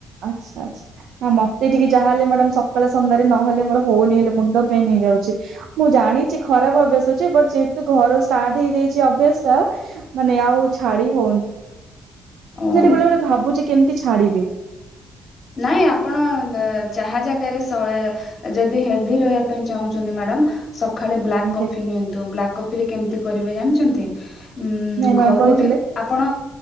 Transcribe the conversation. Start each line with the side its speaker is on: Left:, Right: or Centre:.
Right: ଆଚ୍ଛା ଆଛା। ନା ମତେ ଟିକେ ଯାହା ହେଲେ ମ୍ୟାଡାମ ସକାଳେ ସନ୍ଧ୍ୟାରେ ନହେଲେ ମୋର ହଉନି ହେଲେ ମୁଣ୍ଡ ପେନ୍ ହେଇଯାଉଛି। ମୁଁ ଜାଣିଛି ଖରାପ ଭାବିବେ ବ ଯେହେତୁ ଘର ଷ୍ଟାର୍ଟ ହେଇଯାଇଛି ଅଭ୍ୟାସଟା ମାନେ ଆଉ ଛାଡି ହଉନି।
Left: ହୁଁ
Right: ମୁଁ ସେଥୀ ବେଳେବେଳେ ଭାବୁଛି କେମିତି ଛାଡିବି?
Left: ନାଇଁ ଆପଣ ଚାହା ଜାଗାରେ <inaudible> ଯଦି ହେଲଦି ରହିବା ପାଇଁ ଚାହୁଁଛନ୍ତି ମ୍ୟାଡାମ। ଖାଳେ ବ୍ଲାକ୍
Right: ଆଜ୍ଞା
Left: କଫି ନିଅନ୍ତୁ ବ୍ଲାକ୍ କଫି ରେ କେମିତି କରିବେ ଜାଣିଛନ୍ତି ଉ
Right: ନାଇଁ ମ୍ୟାମ
Left: ଘରୁଟେ
Right: କହିଥିଲେ
Left: ଆପଣ